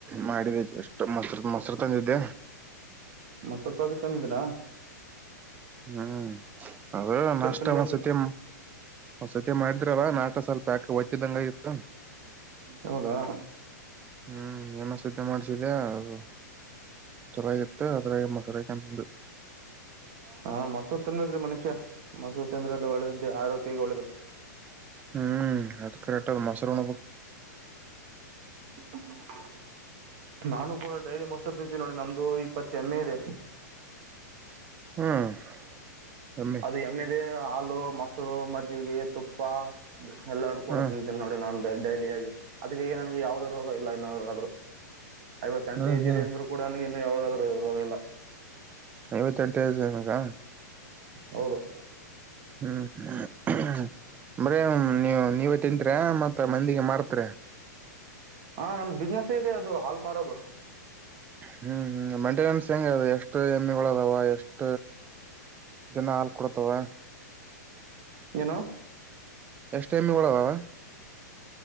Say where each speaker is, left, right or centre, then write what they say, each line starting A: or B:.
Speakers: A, on the right; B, on the right.
A: ಮಾಡಿದ ಎಷ್ಟು ಮೊಸರು ಮೊಸರು ತಂದಿದ್ದೆ
B: ಮೊಸರು ಪಾಕ ತಂದಿದ್ರಾ
A: ಹ್ಮ್ ಅದ ನಷ್ಟ
B: ತಿನ್ಬೇಕ್ರಿ
A: ಒ್ಸತಿ ಒ್ಸತಿ ಮಾಡಿದ್ರವ ನಾಟ ಸ್ವಲ್ಪ ಯಾಕ ಒತ್ತಿದಂಗ ಇತ್ತ
B: ಹೌದಾ
A: ಹ್ಮ್ ಏನ ಸಿದ್ಧ ಮಾಡ್ಸಿದ್ಯಾ ಅದು ಚೆನ್ನಾಗಿತ್ತು ಮತ್ತ ಅದ ಮಸರು
B: ಹಾ ಮಸೂರ್ ತಿನ್ಬೇಕೇರೀ ಮನುಷ್ಯ ಮಸೂರು ತಿಂದ್ರ ಎಲ್ಲ ಒಳ್ಳೆದ ಇದು ಆರೋಗೋಗ್ಯಾಗ ಒಳದು
A: ಹ್ಮ್ ಅದು ಕರೆಕ್ಟ್ ಅದು ಮೊಸರಣ
B: ಹ ನಾನು ಕೂಡ ಡೈಲಿ ಮೊಸರು ತಿಂತೀನಿನೋಡಿ ನಮ್ದು ಇಪ್ಪತ್ತ ಎಮ್ಮೆ ಇದೆ
A: ಹ್ಮ್ ಎಮ್ಮಿ
B: ಅದು ಎಮ್ಮೇದೆ ಆಲ ಮೊಸರು ಮಜ್ಜಿಗೆ ತುಪ್ಪ ಎಲ್ಲರೂ ಕೂಡ
A: ಹ್ಮ್
B: ತಿಂತೇನೆ ನೋಡಿ ನಾನು ಡೈಲಿಯಾಗಿ ಅದ ಹೇಗೆ ನನಗೆ ಯಾವ್ದ ರೋಗ ಇಲ್ಲ ಇನ್ನಾದ್ರುಾದ್ರರು ಐವತ್ತ ಎಟು
A: ಹ್ಮ್
B: ಜ
A: ಹ್ಮ್
B: ಇದೆ ಅ್ರ ಕೂಡನಗೆ ಯಾವದಾದ್ರು ರೋಗ ಇಲ್ಲ
A: ಐವತ್ತೆಂಟ ವಸನಕ್ಕಾ ಹ
B: ಹೌದು
A: ಹ್ಮ್ ಹ್ಮ ಬ್ರ ನೀವ ನೀವೇ ತಿಂತ್ರ ಮತ್ತ ಮಂದಿಗೆ ಮಾರ್ತ್
B: ಹಾಂ ನನ್ನ ಬಿಸ್ನೆಸ್ ಇದೆ ಅದು ಹಾಲ್ ಮಾರೋದು
A: ಹ್ಮ್ ಹ್ಮ್ ಮೇಂಟೆನೆನ್ಸ್ ಹೆಂಗದೆ ಎಷ್ಟು ಹೆಮ್ಮಿಗಳದಾವ ಎಷ್ಟ ದಿನ ಹಾಲ್ ಕೊಡತವ
B: ಏನು
A: ಎಷ್ಟ ಎಮ್ಮೆಗಳವಾವ್